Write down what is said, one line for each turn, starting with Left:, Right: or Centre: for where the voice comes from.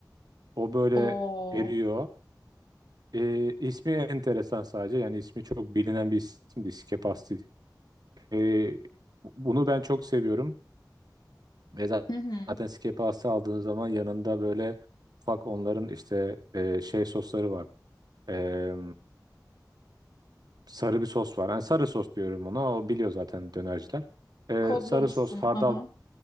Right: O böyle
Left: Oo.
Right: eriyor. E, ismi enteresan sadece. Yani ismi çok bilinen bir isimdi. Skepasti. E, bunu ben çok seviyorum. Ve za-
Left: Hı hı.
Right: zaten Skepasti aldığınız zaman yanında böyle ufak onların işte e, şey sosları var. E, sarı bir sos var. Yani sarı sos diyorum ona. O biliyor zaten dönerciler. E,
Left: Kodlamışsın.
Right: sarı sos, hardal.
Left: Hı hı.